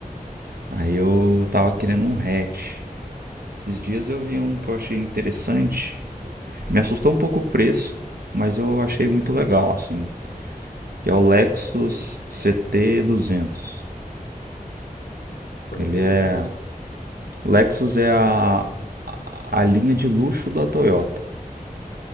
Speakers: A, on the right; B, on the left.
A: Aí eu tava querendo um hatch. Esses dias eu vi um que eu achei interessante. Me assustou um pouco o preço, mas eu achei muito legal, assim. Que é o Lexus ct duzentos.
B: Eu
A: Ele
B: nunca
A: é...
B: ouvi falar.
A: Lexus é a, a linha de luxo da Toyota.